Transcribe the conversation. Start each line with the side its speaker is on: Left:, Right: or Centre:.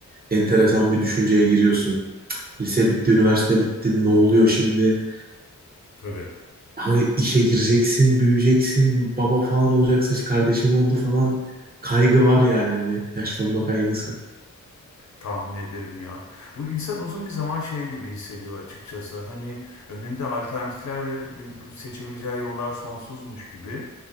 Right: enteresan bir düşünceye giriyorsun. Lise bitti, üniversite bitti, ne oluyor şimdi?
Left: Tabii.
Right: Hani işe gireceksin, büyüyeceksin, baba falan olacaksın, işte kardeşim oldu falan kaygı var yani bir yaşlanma kaygısı.
Left: Tahmin ederim ya. Bu insan uzun bir zaman şey gibi hissediyor açıkçası. Hani önünde alternatifler ve bir- bir seçebileceği yollar sonsuzmuş gibi.